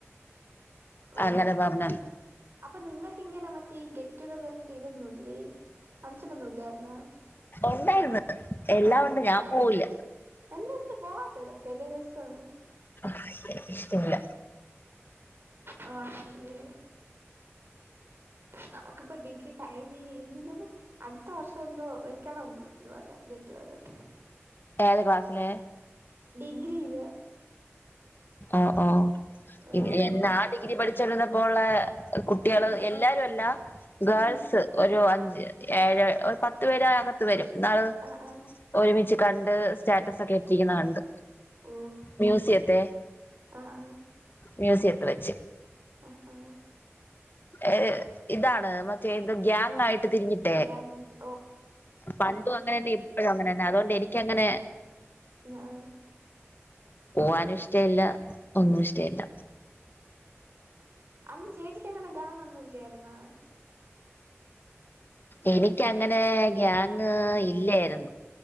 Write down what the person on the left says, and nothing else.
അങ്ങനെ പറഞ്ഞ്
ഉണ്ടായിരുന്നു എല്ലാം
ഉണ്ട് ഞാൻ പോവില്ല
<unintelligible> ഇഷ്ടല്ല
ഏത് ക്ലാസ്സില്
ഓഹ് ഓഹ്
എന്ന
ഞാൻ ഡിഗ്രി പഠിച്ചരുന്നപ്പോ ഉള്ള കുട്ടികള്
എല്ലാരുല്ല ഗേൾസ്
ഒരു അഞ്ച് ഏഴ് ഒരു പത്ത് പേരെ അകത്ത് വരും ഇന്നാള്
ഒരുമിച്ച് കണ്ട് സ്റ്റാറ്റസ് ഒക്കെ ഇട്ടിരിക്കുന്നതണ്ട്
മ്യൂസിയത്തെ
മ്യൂസിയത്തില് വെച്ച്
ഏഹ് ഇതാണ് മറ്റേത് ഗ്യാങ്ങായിട്ട് തിരിഞ്ഞിട്ട്
പണ്ടും അങ്ങനെന്നെ ഇപ്പോഴും അങ്ങനെന്നെ അതുകൊണ്ട് എനിക്കങ്ങനെ
പോവാനും ഇഷ്ടം ഇല്ല ഒന്നും ഇഷ്ടം ഇല്ല
എനിക്കങ്ങനെ ഗാങ്ങ് ഇല്ലായിരുന്നു